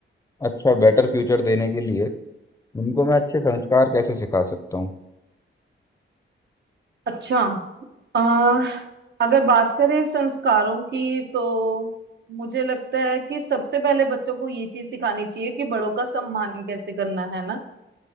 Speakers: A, on the left; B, on the right.
A: अच्छा बेटर फ्यूचर देने के लिए उनको मैं अच्छे संस्कार कैसे सिखा सकता हूँ
B: अच्छा आ, अगर बात करें संस्कारों की तो मुझे लगता है कि सबसे पहले बच्चों को ये चीज सिखानी चाहिए कि बड़ों का सम्मान कैसे करना है ना